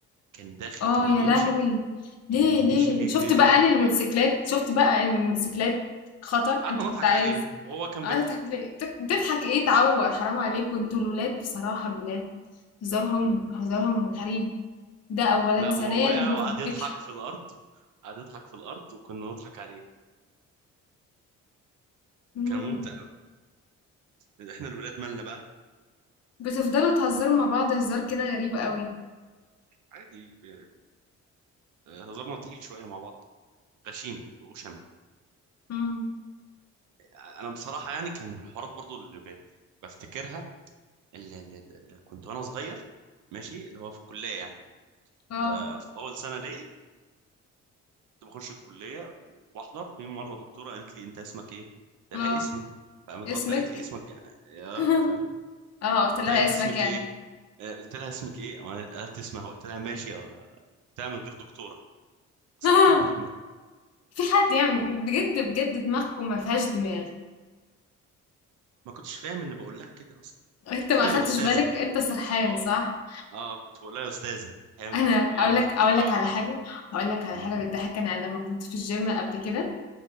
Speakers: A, on the right (about 80°); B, on the left (about 55°).
A: كان داخل
B: آه
A: كان
B: يا
A: بيمشي
B: لهوي! ليه
A: كان
B: ليه؟
A: ماشي بيجري
B: شُفت بقى
A: بيجري
B: أنا الموتوسيكلات،
A: بي...
B: شُفت بقى إن الموتوسيكلات خطر،
A: قعدنا
B: أنت كنت
A: نضحك
B: عايز
A: عليه وهو كان
B: قاعد
A: بيضحك
B: تضحك ليه؟ بت بتضحك إيه تعوّر، حرام عليك، وأنتم الولاد بصراحة الولاد هزارهم هزارهم غريب، ده أولًا،
A: لا
B: ثانيًا
A: هو وقع
B: بف
A: وقعد
B: بتح
A: يضحك في الارض قعد يضحك في الارض وكنا نضحك عليه
B: إمم،
A: كان ممتع قوي احنا الولاد مالنا بقى
B: بتفضلوا تهزروا مع بعض هزار كده غريب أوي،
A: عادي ب- هزارنا تقيل شويه مع بعض غشيم وشمة
B: إمم،
A: انا بصراحه يعني كان من الحوارات برضو اللي ب... بفتكرها اللي, اللي, اللي كنت وانا صغير ماشي اللي هو في الكليه يعني
B: آه،
A: ف- في اول سنه ليا كنت بخش الكليه وبحضر في مره دكتوره قالت لي انت اسمك ايه قلت
B: آه،
A: لها اسمي فقامت
B: اسمِك؟
A: رد قالت لي اسمك ج- يا
B: <laughs>
A: فاهمه
B: آه، قُلت
A: قلت
B: لها
A: لها انت
B: اسمك
A: اسمك
B: يعني،
A: ايه آه، قلت لها اسمك ايه وانا قالت اسمها قلت لها ماشي يا قلت لها من غير دكتوره سقطتني
B: <laughs>
A: في الماده
B: في حد يعمل بجد بجد دماغكم ما فيهاش دماغ.
A: ما كنتش فاهم ان بقول لها كده اصلا
B: انت
A: كنت بقول
B: ما
A: لهم
B: اخدتش
A: يا استاذه
B: بالك انت سرحان
A: اه
B: صح
A: اه كنت بقول لها يا استاذه احيانا
B: انا
A: كنت بقول لها
B: اقول
A: مش
B: لك
A: كنت
B: اقول
A: متعود
B: لك على
A: على الدكتور
B: حاجه اقول لك على
A: مم.
B: حاجه بتضحك انا لما كنت في الجيم قبل كده